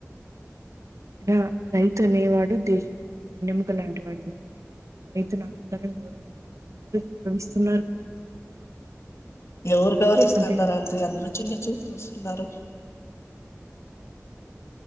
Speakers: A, on the right (about 75°); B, on the left (about 60°).
A: రా రైతు అనేవాడు దేశానికి ఒక నెమూక లాంటి వాడు కదండి రైతుని అందరం గౌరవించాలి అందరు గౌరవిస్తున్నారు కూడా
B: ఎవరు గురవరిస్తున్నారు
A: అంతే కదండి
B: అండి అందరు చిన్న చూపు చూస్తున్నారు